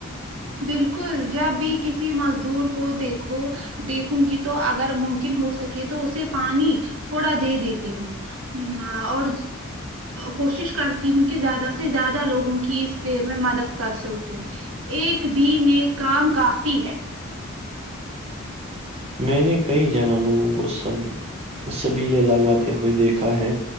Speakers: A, on the right; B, on the right.
A: بالکل جب بھی کسی مزدور کو دیکھو دیکھوں گی تو اگر ممکن ہو سکے تو اسے پانی تھوڑا دے دیتی ہوں ہ اور کوشش کرتی ہوں کہ زیادہ سے زیادہ لوگوں کی اس دیر میں مدد کر سکوں ایک بھی ن کام کافی ہے
B: میں نے کئی جگہ لوگوں کو سب سبیلے لگاتے ہوئے دیکھا ہے